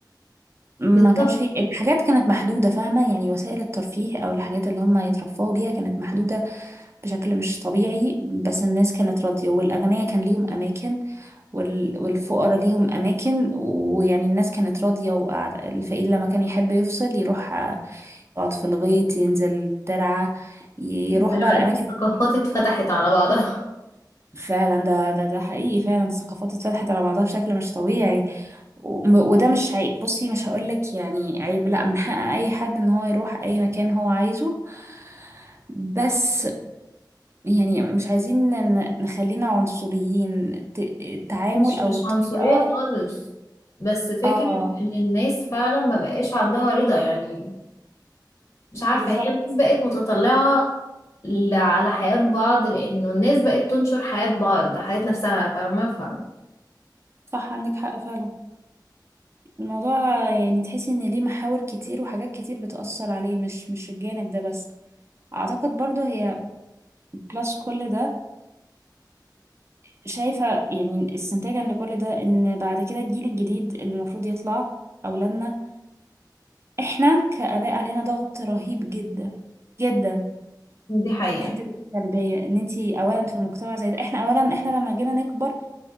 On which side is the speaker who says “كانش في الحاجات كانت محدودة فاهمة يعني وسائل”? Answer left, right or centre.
Right